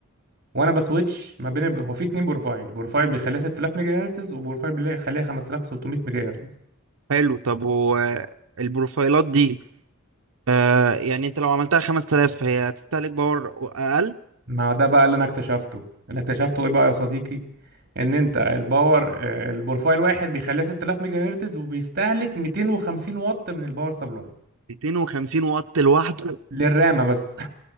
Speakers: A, on the right; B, on the right.
A: وانا بسويتش ما بين الب- هو في اتنين بروفايل بروفايل بيخليها 6000 ميجا هرتز وبروفايل بيخليها 5600 ميجا هرتز
B: حلو طب هو البروفايلات دي آه يعني انت لو عملتها 5000 هي هتستهلك باور اقل
A: ما ده بقى اللي انا اكتشفته اللي اكتشفته ايه بقى يا صديقي ان انت الباور آه، البروفايل واحد بيخليها 6000 ميجا هرتز وبيستهلك 250 واط من الباور سبلاي
B: 250 واط لوحده
A: للرامه بس <laughs>